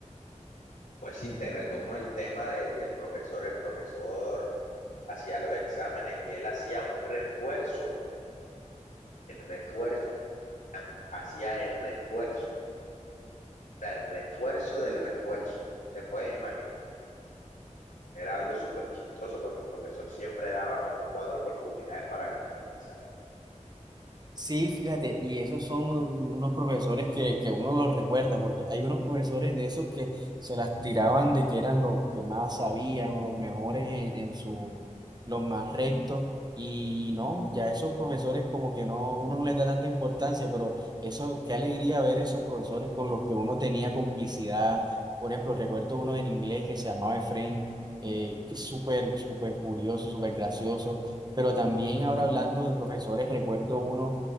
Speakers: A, on the left; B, on the right.
A: Pues sí, te retomo el tema de- del profesor. El profesor hacía los exámenes y él hacía un refuerzo, el refuerzo, an- hacía el refuerzo, o sea, el refuerzo del refuerzo. Te puedes imaginar, era algo súper chistoso porque el profesor siempre daba como cuatro oportunidades para ganar el examen.
B: Sí, fíjate, y esos son un- unos profesores que, que uno los recuerda, porque hay unos profesores de esos que se las tiraban de que eran los que más sabían o los mejores en, en su, los más rectos, y no, ya esos profesores como que no, uno no les da tanta importancia, pero eso, qué alegría ver esos profesores con los que uno tenía complicidad. Por ejemplo, recuerdo uno en inglés que se llamaba Efraín, eh, que es súper, súper curioso, súper gracioso, pero también ahora hablando de profesores, recuerdo uno